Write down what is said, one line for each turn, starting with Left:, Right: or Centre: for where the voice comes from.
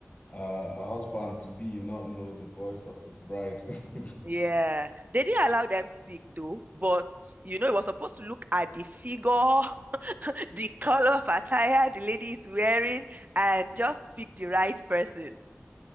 Left: uh, a husband to be not know the voice of his bride? <laughs>
Right: Yeah, they didn't allow them speak though, but you know, it was supposed to look at the figure, <laughs> the color of attire the lady is wearing, and just pick the right person.